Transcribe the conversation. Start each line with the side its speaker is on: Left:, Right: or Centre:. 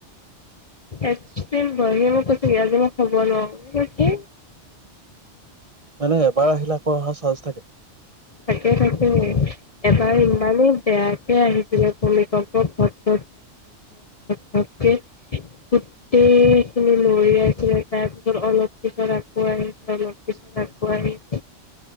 Left: একিম ব়ে মই কৈছজ মই খব নোৱাৰোঠি <unintelligible>
Right: মানে এবাৰ আহিলে আকৌ অহা চাৰ্জ থাকে
Left: থাকে থাকে এবাৰ ইমানেই বেয়াকে আহিছিলে ভূমিকম্প ঘ ঘকে গোটেই খিনি লৰি আছিলে তাৰপিছত অলপ কিশৰ আকৌ আহিছে অলপশৰ আকৌ আহিছে